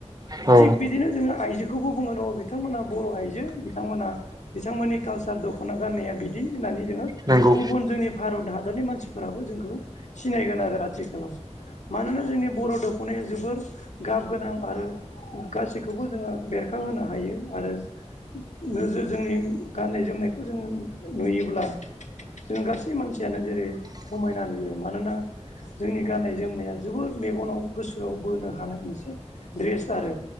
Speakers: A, on the right; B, on the left.
A: औ नंगौ औ
B: थिग बिदिनो जोङो आइजोखौबो बुङो र' बिथांमोनहा बर' आइजो बिथांमोना बिथांमोननि कालसार दख'ना गाननाया बिदि होननानै जोङो
A: नंगौ
B: गुबुन जोंनि भारत हादरनि मानसिफोराबो जोंखौ सिनायगोन आरो आथिखालाव। मानोना जोंनि बर' दख'नाया जोबोर गाब गोनां आरो गासैखौबो जोङो बेरखांहोनो हायो आरो नोजोर जोंनि गाननाय जोमनायखौ जोङो नुयोब्ला जों गासै मानसियानो जेरै समायना नुयो मानोना जोंनि गाननाय - जोमनाया जोबोर मेगनाव गोसोआव बोनो हानाय मोनसे द्रेस आरो